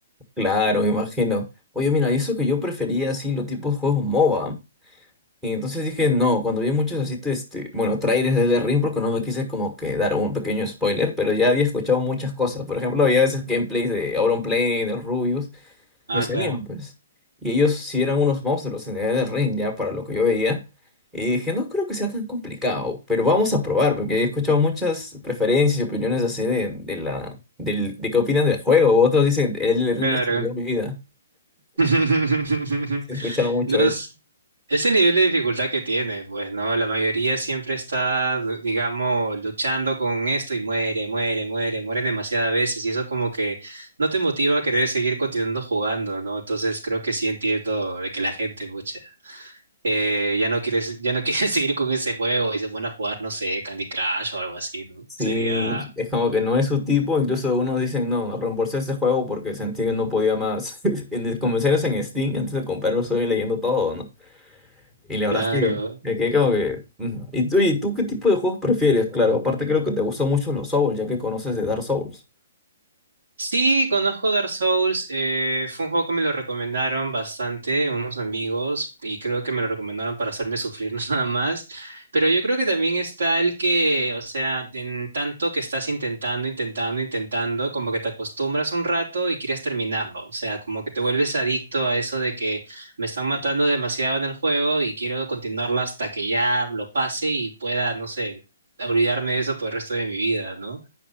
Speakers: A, in the centre; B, on the right.
A: Claro, me imagino. Oye, mira, y eso que yo prefería así los tipos de juegos MOBA. Y entonces dije, no, cuando vi muchos así, este, bueno, trailers del ring, porque no me quise como que dar un pequeño spoiler, pero ya había escuchado muchas cosas. Por ejemplo, había veces gameplays de Auronplay, de Rubius.
B: Ah,
A: me salían,
B: claro.
A: pues. Y ellos sí eran unos monstruos en el ring, ya, para lo que yo veía. Y dije, no creo que sea tan complicado, pero vamos a probar, porque he escuchado muchas preferencias y opiniones así de, de la, del, de qué opinan del juego. Otros dicen, el ring
B: Claro.
A: destruyó mi vida.
B: <laughs>
A: Sí, He escuchado mucho
B: No es,
A: eso.
B: es el nivel de dificultad que tiene, pues, ¿no? La mayoría siempre está, d- digamos, luchando con esto y muere, muere, muere, muere demasiadas veces y eso como que no te motiva a querer seguir continuando jugando, ¿no? Entonces creo que sí entiendo de que la gente, mucha. eh, ya no quieres, ya no <laughs> quieres seguir con ese juego y se ponen a jugar, no sé, Candy Crush o algo así, ¿no?
A: Sí,
B: Sería,
A: es como que no es su tipo, incluso algunos dicen, no, reembolsé este juego porque sentí que no podía más. <laughs> En- Como si eras en Steam, antes de comprarlo estoy leyendo todo, ¿no? Y la verdad
B: claro,
A: es que me quedé como que. mm. ¿Y tú, y tú qué tipo de juegos prefieres? Claro, aparte creo que te gustan mucho los Souls, ya que conoces de Dark Souls.
B: Sí, conozco Dark Souls. eh, fue un juego que me lo recomendaron bastante unos amigos y creo que me lo recomendaron para hacerme sufrir <laughs> nada más. Pero yo creo que también está el que, o sea, en tanto que estás intentando, intentando, intentando, como que te acostumbras un rato y quieres terminarlo. O sea, como que te vuelves adicto a eso de que me están matando demasiado en el juego y quiero continuarlo hasta que ya lo pase y pueda, no sé, olvidarme de eso por el resto de mi vida, ¿no?